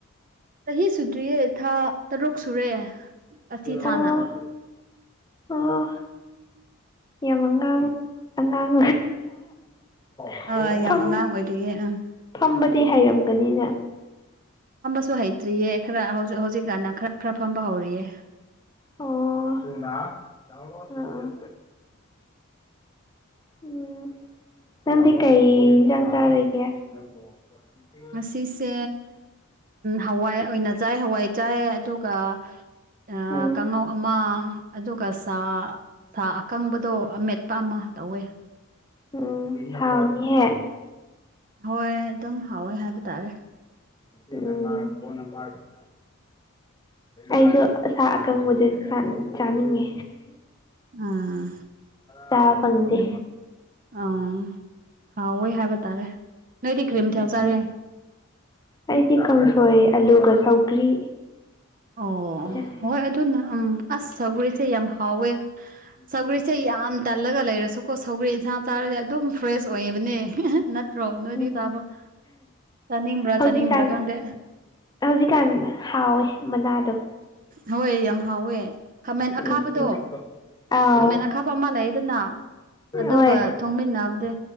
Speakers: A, on the right; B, on the left.
A: ꯆꯍꯤ ꯁꯨꯗ꯭ꯔꯤꯌꯦ ꯊꯥ ꯇꯔꯨꯛ ꯁꯨꯔꯦ ꯑꯁꯤ ꯊꯥꯅ
B: ꯑꯣ ꯑꯣ ꯌꯥꯝ ꯑꯉꯥꯡ ꯑꯉꯥꯡ <unintelligible>
A: ꯑ ꯌꯥꯝ
B: ꯐꯝ
A: ꯑꯉꯥꯡ ꯑꯣꯏꯔꯤꯌꯦ ꯑꯪ
B: ꯐꯝꯕꯗꯤ ꯍꯩꯔꯝꯒꯅꯤꯅꯦ
A: ꯁꯨ ꯍꯩꯇ꯭ꯔꯤꯌꯦ ꯈꯔ ꯍꯧꯖꯤꯛ ꯍꯧꯖꯤꯛꯀꯥꯟꯗ ꯈꯔ ꯈꯔ ꯐꯝꯕ ꯍꯧꯔꯤꯌꯦ
B: ꯑꯣ ꯑ ꯑ ꯎꯝ ꯎꯝ ꯅꯪꯗꯤ ꯀꯩ ꯏꯟꯁꯥꯡ ꯆꯥꯔꯒꯦ <unintelligible>
A: ꯉꯁꯤꯁꯦ ꯍꯋꯥꯏ ꯑꯣꯏꯅ ꯆꯥꯏ ꯍꯋꯥꯏ ꯆꯥꯏ ꯑꯗꯨꯒ ꯑ
B: ꯎꯝ
A: ꯀꯥꯡꯉꯧ ꯑꯃ ꯑꯗꯨꯒ ꯁꯥ ꯁꯥ ꯑꯀꯪꯕꯗꯣ ꯑꯃꯦꯠꯄ ꯑꯃ ꯇꯧꯋꯦ
B: ꯎꯝ ꯁꯥ ꯍꯥꯎꯅꯤ ꯍꯦ
A: ꯍꯣꯏ ꯑꯗꯨꯝ ꯍꯥꯎꯋꯦ ꯍꯥꯏꯕ ꯇꯥꯔꯦ
B: ꯎꯝ ꯑꯩꯁꯨ ꯑꯁꯥ ꯑꯀꯪꯕꯗꯤ ꯆꯥꯅꯤꯡꯉꯦ
A: ꯑꯥ
B: ꯆꯥꯕ ꯐꯪꯗꯦ
A: ꯑꫭ ꯍꯥꯎꯋꯤ ꯍꯥꯏꯕ ꯇꯥꯔꯦ ꯅꯣꯏꯗꯤ
B: ꯎꯝ
A: ꯀ꯭ꯔꯤ ꯃꯊꯦꯜ ꯆꯔꯦ
B: ꯑꯩꯗꯤ ꯀꯥꯡꯁꯣꯏ ꯑꯂꯨꯒ ꯁꯧꯒ꯭ꯔꯤ
A: ꯑꯣ
B: ꯆꯥꯏ
A: ꯍꯣꯏ ꯑꯗꯨꯅ ꯎꯝ ꯑꯁ ꯁꯧꯒ꯭ꯔꯤꯁꯦ ꯌꯥꯝ ꯍꯥꯎꯋꯦ
B: ꯎꯝ <inaudible>
A: ꯁꯧꯒ꯭ꯔꯤꯁꯦ ꯌꯥꯝ ꯇꯜꯂꯒ ꯂꯩꯔꯁꯨꯀꯣ ꯁꯧꯒ꯭ꯔꯤ ꯏꯟꯁꯥꯡ ꯆꯥꯔꯗꯤ ꯑꯗꯨꯝ ꯐ꯭ꯔꯦꯁ ꯑꯣꯏꯌꯦꯕꯅꯦ ꯅꯠꯇ꯭ꯔꯣ ꯅꯣꯏꯗꯤ
B: ꯎꯝ
A: ꯇꯥꯕ ꯆꯥꯅꯤꯡꯕ꯭ꯔꯥ
B: ꯍꯧꯖꯤꯛꯀꯥꯟ
A: ꯆꯥꯅꯤꯡꯕ꯭ꯔꯥ ꯈꯪꯗꯦ
B: ꯍꯧꯖꯤꯛꯀꯥꯟ ꯍꯥꯎꯋꯦ ꯃꯅꯥꯗꯣ
A: ꯍꯣꯏ ꯌꯥꯝ ꯍꯥꯎꯋꯦ ꯈꯥꯃꯦꯟ ꯑꯈꯥꯕꯗꯣ
B: ꯎꯝ ꯑꯥꯎ
A: ꯈꯥꯃꯦꯟ ꯑꯈꯥꯕ ꯑꯃ ꯂꯩꯗꯅ ꯑꯗꯨꯒ
B: ꯍꯣꯏ
A: ꯊꯣꯡꯃꯤꯟꯅꯕꯗꯤ